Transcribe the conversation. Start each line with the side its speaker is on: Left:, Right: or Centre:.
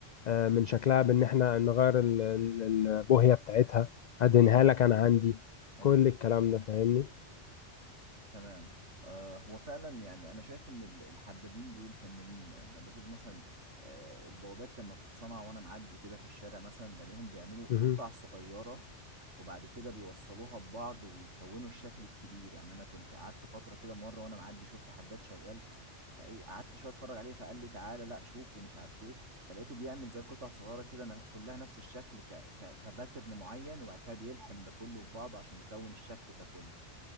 Left: آه، من شكلها بان احنا نغير ال- ال- البوهية بتاعتها هدهنها
Right: اه
Left: لك انا عندي
Right: ايوه
Left: كل الكلام ده فاهمني
Right: تمام آه هو فعلا يعني انا شايف ان ال- الحدادين دول فنانين يعني انا بشوف مثلا آه البوابات لما بتتصنع وانا معدي كده في الشارع مثلا بلاقيهم بيعملوا
Left: مهم.
Right: قطع صغيرة وبعد كده بيوصلوها ببعض ويكونوا الشكل الكبير يعني انا كنت قعدت فترة كده مرة وانا معدي شفت حداد شغال فقعدت شوية اتفرج عليه فقال لي تعالى لا شوف ومش عارف ايه فلقيته بيعمل زي قطع صغيرة كده نا- كلها نفس الشكل ك ك كباترن معين وبعد كده بيلحم ده كله في بعضه عشان يكون الشكل ككل